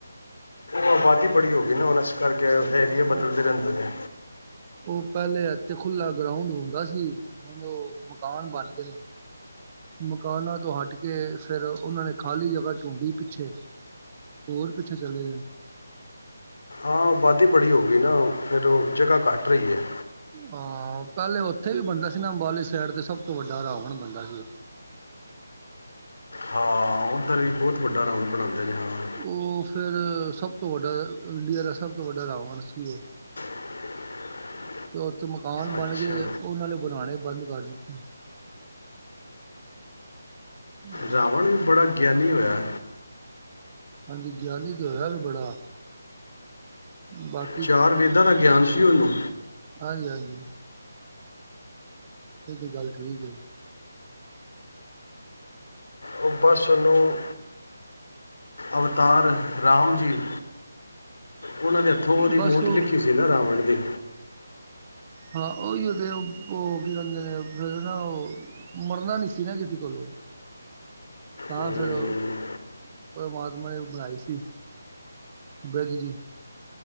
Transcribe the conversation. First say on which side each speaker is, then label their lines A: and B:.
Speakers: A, on the left; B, on the right.
A: ਆਬਾਦੀ ਬੜੀ ਹੋ ਗਈ, ਨਾ। ਹੁਣ ਇਸ ਕਰਕੇ,
B: ਉਹ
A: ਏਰੀਏ ਬਦਲਦੇ ਰਹਿੰਦੇ ਨੇ।
B: ਉਹ, ਪਹਿਲੇ ਇਥੇ ਖੁਲਾ, ਗਰਾਉਂਡ ਹੁੰਦਾ ਸੀ। ਹੁਣ, ਉਹ ਮਕਾਨ, ਬਣ ਗਏ ਨੇ। ਮਕਾਨਾਂ ਤੋਂ ਹਟ ਕੇ। ਫੇਰ ਉਹਨਾਂ ਨੇ, ਖਾਲੀ ਜਗਾ ਢੂੰਡੀ ਪਿੱਛੇ। ਹੋਰ, ਕਿਥੇ ਚਲੇ ਗਏ।
A: ਹਾਂ, ਆਬਾਦੀ ਬੜੀ ਹੋ ਗਈ, ਨਾ। ਫੇਰ ਉਹ ਜਗਾ ਘੱਟ ਰਹੀ ਹੈ।
B: ਹਾਂ, ਪਹਿਲੇ ਉੱਥੇ ਵੀ ਬੰਦਾ ਸੀ, ਨਾ। ਅੰਬਾਲੇ ਸਾਈਡ ਤੇ, ਸਭ ਤੋਂ ਵੱਡਾ ਰਾਵਣ ਬੰਦਾ ਸੀ।
A: ਹਾਂ। ਹਾਂ, ਉੱਧਰ ਵੀ ਬਹੁਤ ਵੱਡਾ, ਰਾਵਾਨ ਬਣਾਉਂਦੇ ਨੇ, ਹਨਾਂ।
B: ਉਹ ਫੇਰ, ਸਭ ਤੋਂ ਵੱਡਾ, ਇੰਡੀਆ ਦਾ ਸਭ ਤੋਂ ਵੱਡਾ, ਰਾਵਣ ਸੀ, ਉਹ।
A: <inaudible>
B: ਫੇਰ ਉੱਥੇ, ਮਕਾਨ ਬਣ
A: ਅੱਛਾ
B: ਗਏ। ਉਹਨਾਂ ਨੇ ਬਣਾਉਣੇ ਬੰਦ ਕਰ ਦਿੱਤੇ। ਹਾਂਜੀ।
A: ਰਾਵਣ ਵੀ, ਬੜਾ ਗਿਆਨੀ ਹੋਇਆ।
B: ਹਾਂਜੀ। ਗਿਆਲੀ ਦਾ ਹੋਇਆ ਵੇ ਬੜਾ। ਬਾਕੀ
A: ਚਾਰ ਵੇਦਾਂ ਦਾ, ਗਿਆਨ ਸੀ ਉਹਨੂੰ।
B: ਹਾਂਜੀ- ਹਾਂਜੀ। ਇਹ ਤੇ, ਗੱਲ ਠੀਕ ਹੈ।
A: ਉਹ ਬਸ, ਉਹਨੂੰ ਅਵਤਾਰ ਰਾਮ ਜੀ। ਉਹਨਾਂ ਦੇ ਹੱਥੋਂ, ਉਹਦੀ
B: ਬਸ
A: ਮੋਤ
B: ਉਹ
A: ਲਿਖੀ ਸੀ, ਨਾ। ਰਾਵਣ ਦੀ।
B: ਹਾਂ, ਉਹੀਓ ਤੇ, ਉਹ ਕੀ ਕਿੰਦੇ ਨੇ, ਫੇਰ ਨਾ ਉਹ। ਮਰਨਾ ਨੀ ਸੀ, ਨਾ। ਕਿਸੇ ਕੋਲੋਂ। ਤਾਂ
A: ਹੂੰ।
B: ਫੇਰ ਔ, ਪਰਮਾਤਮਾ ਨੇ ਬਣਾਈ ਸੀ। ਬਸ ਜੀ।